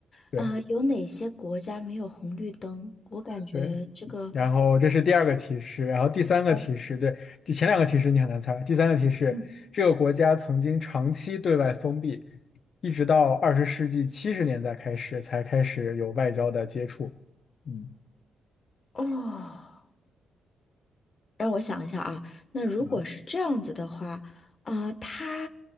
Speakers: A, on the left; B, on the left.
A: 对。
B: 啊、有哪些国家没有红绿灯？我感觉这个，
A: 对，然后这是第二个提示，然后第三个提示，
B: 呃
A: 对，第前两个提示你很难猜，第三个提示，
B: 嗯，
A: 这个国家曾经长期对外封闭，一直到二十世纪七十年代开始才开始有外交的接触。嗯，
B: 哦。让我想一下啊，那如果是这样子的话，
A: 啊，
B: 啊、他